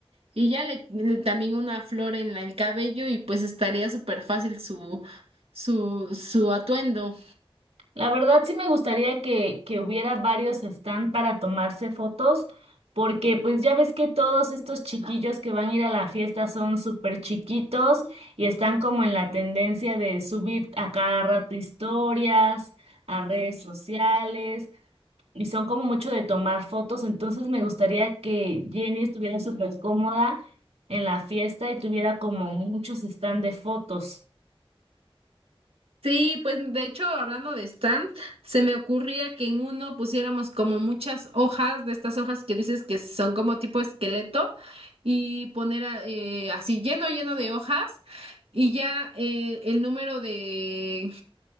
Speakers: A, on the right; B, on the right.
A: y ya le, le- también una flor en la- el cabello y pues estaría súper fácil su, su, su atuendo.
B: La verdad sí me gustaría que, que hubiera varios stand para tomarse fotos, porque pues ya ves que todos estos chiquillos que van a ir a la fiesta son súper chiquitos y están como en la tendencia de subir a cada rato historias, a redes sociales, y son como mucho de tomar fotos, entonces me gustaría que Jenny estuviera súper cómoda en la fiesta y tuviera como muchos stand de fotos.
A: Sí, pues de hecho, hablando de stand, se me ocurría que en uno pusiéramos como muchas hojas de estas hojas que dices que son como tipo esqueleto y poner a- eh, así lleno, lleno de hojas y ya eh, el número de